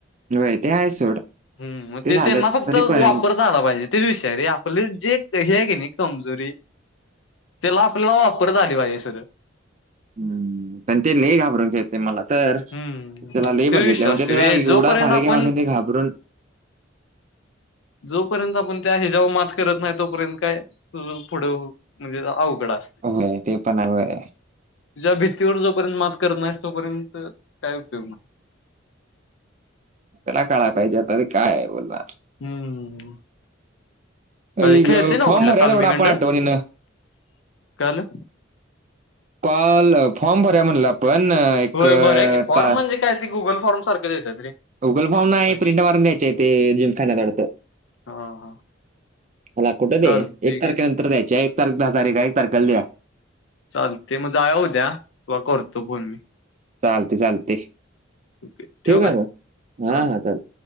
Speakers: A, on the right; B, on the left.
A: होय, ते आहे सोड.
B: हम्म मग ते
A: झालंच.
B: त्यांना फक्त
A: तरी पण
B: वापरता आला पाहिजे ते विषय आहे रे आपले जे ते आहे की नाही कमजोरी त्याला आपल्याला वापरता आली पाहिजे सरळ.
A: हम्म पण ते लेई घाबरून खेळतोय मला तर
B: हम्म
A: त्याला लेई बघितले
B: ते विषय
A: आहे म्हणजे
B: असतो
A: त्याला
B: रे
A: एवढा
B: जोपर्यंत
A: फारके
B: आपण
A: असं ते घाबरून
B: <inaudible> जोपर्यंत आपण त्या हिजावर मात करत नाही तोपर्यंत काय तुझं पुढे हो म्हणजे अवघड अस
A: होय ते पण आहे वय.
B: तुझ्या भीतीवर जोपर्यंत मात करत नाहीच तोपर्यंत काय उपयोग नाय.
A: त्याला कळाय पाहिजे आता रे काय बोलला.
B: हम्म.
A: आई
B: अरे खेळते
A: गं!
B: ना
A: फॉर्म
B: उडल्या
A: भरूया
B: तालमीगंड
A: तेवढा आपण
B: काय
A: आठवणीनं.
B: हालं?
A: काल फॉर्म भरया म्हणला आपण. एक
B: हो
A: अ,
B: बर आहे की फॉर्म
A: ता
B: म्हणजे काय ते गुगल फॉर्म सारखे देतात रे.
A: गुगल फॉर्म नाही
B: असा
A: आहे
B: विषय
A: प्रिंट मून द्यायचे आहे ते जिमखान्यातवडतं.
B: हा हा
A: मला कुठं दे
B: चालते
A: एक तारखेनंतर
B: की
A: द्यायच्या आहे एक तारख दहा तारख एक तारखेला द्या.
B: चाल ते मग जाया उद्या वा करतो फोन मी.
A: चालते चालते
B: ओके ठेवू
A: ठीक आहे
B: काय
A: मग
B: चाल
A: हा हा चालते.